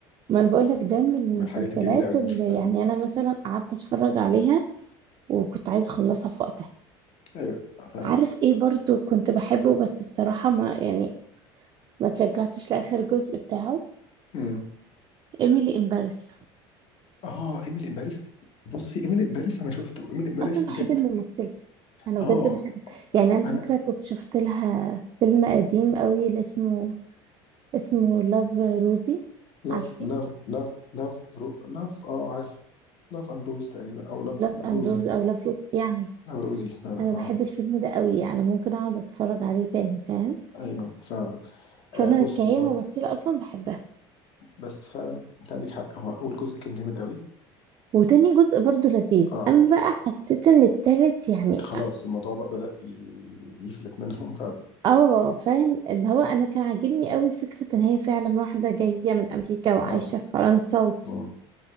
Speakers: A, on the right; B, on the left.
A: ما انا بقول لك ده من المسلسلات
B: من الحاجات الجميله قوي اللي
A: اللي
B: انا شفتها
A: يعني انا مثلا قعدت اتفرج عليها وكنت عايزه اخلصها في وقتها
B: ايوه آه، فعلا
A: عارف ايه برضو كنت بحبه بس الصراحه ما يعني ما تشجعتش لاخر جزء بتاعه
B: امم
A: ايميلي ان باريس
B: اه ايميلي امبارس بصي ايميلي امبارس انا شفته ايميلي امبارس
A: اصلا بحب
B: بجد
A: الممثله انا
B: اه
A: بجد بحب يعني انا فاكره
B: انا
A: كنت شفت لها فيلم قديم قوي اللي اسمه اسمه لاف روزي
B: لاف
A: عارفه
B: لاف لاف لاف رو لاف اه عارف لاف امروز تقريبا او لاف
A: لاف
B: روزي
A: اند روز او لاف روز يعني
B: لاف روزي فعلا
A: انا
B: اه
A: بحب الفيلم ده قوي يعني ممكن اقعد اتفرج عليه تاني فاهم
B: ايوه فعلا
A: فانا
B: آه بصي
A: كهي
B: هو
A: ممثله اصلا بحبها
B: بس فعلا انت عندك حق هو اول جزء كان جامد قوي
A: وتاني جزء برضو لذيذ
B: اه
A: اما بقى حسيت ان التالت يعني
B: خلاص الموضوع بقى بدأ ي- يفلت منهم <laughs> فعلا
A: اه فاهم اللي هو انا كان عاجبني قوي فكره ان هي فعلا واحده جايه من امريكا وعايشه
B: فعلا
A: في فرنسا و...
B: مم.